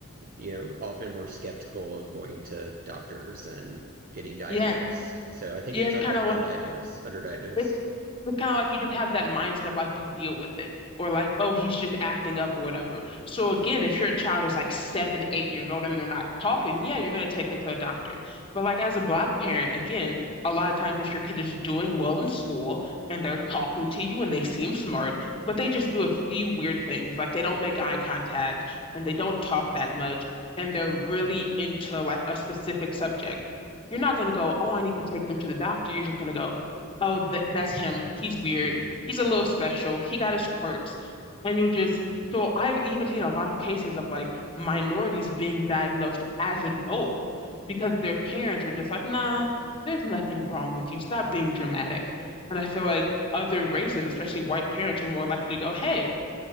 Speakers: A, on the right; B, on the left.
A: you know often more skeptical of going to doctors and getting diagnosed.
B: yeah,
A: So I think
B: yeah,
A: it's
B: it's
A: under
B: kind of
A: undiagnosed, underdiagnosed.
B: like, It's kind of like you just have that mindset of like you deal with it, or like, oh, he's just acting up or whatever. So again, if your child is like seven, eight years old and they're not talking, yeah, you're gonna take them to a doctor. But like as a black parent, again, a lot of times if your kid is doing well in school and they're talking to you and they seem smart, but they just do a few weird things, like they don't make eye contact and they don't talk that much, and they're really into like a specific subject. You're not gonna go, oh, I need to take them to the doctor. You're just gonna go oh, th that's him. He's weird.
A: Yeah.
B: He's a little special. He got his quirks. And you just, so I've even seen a lot of cases of like minorities being diagnosed as adults because their parents were just like, nah, there's nothing wrong with you. Stop being dramatic. And I feel like other races, especially white parents, are more likely to go, hey,